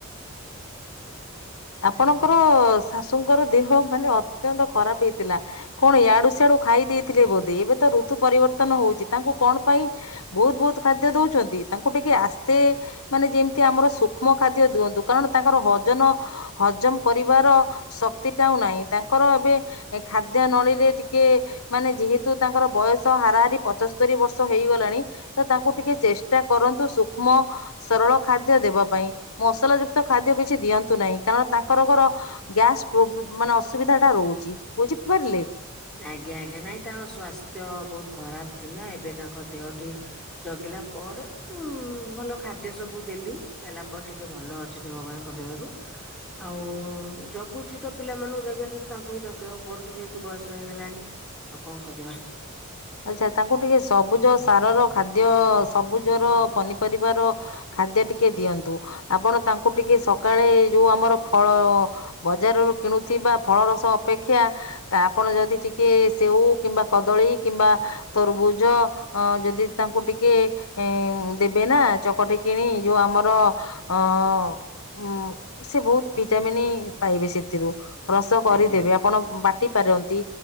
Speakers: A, on the left; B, in the centre.
A: ଆପଣଙ୍କର
B: ଆଜ୍ଞା
A: ଶାଶୁଙ୍କର ଦେହ ମାନେ ଅତ୍ୟନ୍ତ ଖରାପ ହେଇଥିଲା କଣ ଇଆ ଡୁ ସାତୁ ଖାଇ ଦେଇଥିଲେ ବୋ ଏବେ ତ ଋତୁ ପରିବର୍ତ୍ତନ ହଉଚି ତାଙ୍କୁ କଣ ପାଇଁ ବହୁତ୍ ବହୁତ୍ ଖାଦ୍ୟ ଦଉଛନ୍ତି? ତାଙ୍କୁ ଟିକେ ଆସ୍ ସେ ମାନେ ଯେମିତି ଆମର ସୂକ୍ଷ୍ମ ଖାଦ୍ୟ ଦିଅନ୍ତୁ କାରଣ ତାଙ୍କର ହଜନ ହଜମ କରିବାର ଶକ୍ତିଟା ଆଉ ନାଇ ତାଙ୍କର ଏବେ ଖାଦ୍ୟ ନଳୀରେ ଟିକେ ମାନେ ଯେହେତୁ ତାଙ୍କର ବୟସ ହାରାହାରି ପଚସ୍ତରୀ ବର୍ଷ। ତ ହେଇଗଲାଣି ତ ତାଙ୍କୁ ଟିକେ ଚେଷ୍ଟା କରନ୍ତୁ ସୂକ୍ଷ୍ମ ସରଳ ଖାଦ୍ୟ ଦେବା ପାଇଁ। ମସଲା ଯୁକ୍ତ ଖାଦ୍ୟ କିଛି ଦିଅନ୍ ନ୍ତୁ ନାଇ କାରଣ ତାଙ୍କରକର ଗ୍ୟାସ ପ୍ରୋ ମାନେ ଅସୁବିଧା ଟା ରହୁଚି ବୁଝିପାରିଲେ?
B: ଆଜ୍ଞା ଆଜ୍ଞା ନାଇଁ ତାଙ୍କ ସ୍ୱାସ୍ଥ୍ୟ ବହୁତ୍ ଖରାପ ଥିଲା ଏବେ ତାଙ୍କ ଦେହଟି ଜଗିଲା ପରେ ଉଁ ଭଲ ଖାଦ୍ୟ ସବୁ ଦେଲି ଦେଲା ପରେ ଟିକେ ଭଲ ଅଛିତ ଭଗବାନଙ୍କ ଦୟାରୁ। ଆଉ ଜଗୁଚି ତ ପିଲାମାନକୁ ଜାଗିବା ସହିତ ତାଙ୍କୁ ବି ଜଗିବାକୁ ପଡୁଛି ଯେହେତୁ ବୟସ୍ ହେଇଗଲାଣି ଆଉ କଁ କରିବା।
A: ଆଚ୍ଛା ତାଙ୍କୁ ଟିକେ ସବୁଜ ସାରର ଖାଦ୍ୟ ସବୁଜର ପନିପରିବାର ଖାଦ୍ୟ ଟିକେ ଦିଅନ୍ତୁ ଆପଣ ତାଙ୍କୁ ଟିକେ ସକାଳେ ଯୋଉ ଆମର ଫଳ ବଜାରରୁ କିଣୁଥିବା ଫଳ ରସ ଅପେକ୍ଷା ତା ଆପଣ ଯଦି ଟି କେ ସେଉ କିମ୍ବା କଦଳୀ କିମ୍ବା ତରଭୁଜ ଅ ଯଦି ତାଙ୍କୁ ଟିକେ ଏଁ ଦେବେ ନା ଚକଟି କିଣି ଯୋଉ ଆମର ଅ ଉଁ ସେ ବହୁତ୍ ଭିଟାମିନି ପାଇବେ ସେଥିରୁ। ରସ କରିଦେବେ
B: ଆଜ୍ଞା
A: ଆପଣ ବାଟି ପାରନ୍ତି